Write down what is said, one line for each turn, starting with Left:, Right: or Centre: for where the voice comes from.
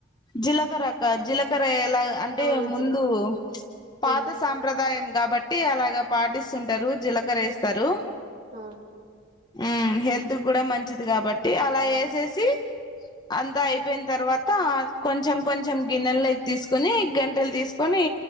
Left: జీలకర్ర అక్క జీలకర్ర అలా అంటే
Right: అవును
Left: ముందు
Right: జి
Left: పాత
Right: ఆ
Left: సాంప్రదాయం కాబట్టి అలాగా పాటిస్తుంటారు జీలకర్ర వేస్తారు
Right: మ్మ్
Left: ఆ హెల్త్ కూడా మంచిది మంచిది కాబట్టి అలా వేసేసి అంతా అయిపోయిన తర్వాత కొంచెం కొంచెం గిన్నెల్లోకి తీసుకొని గంటెలు తీసుకొని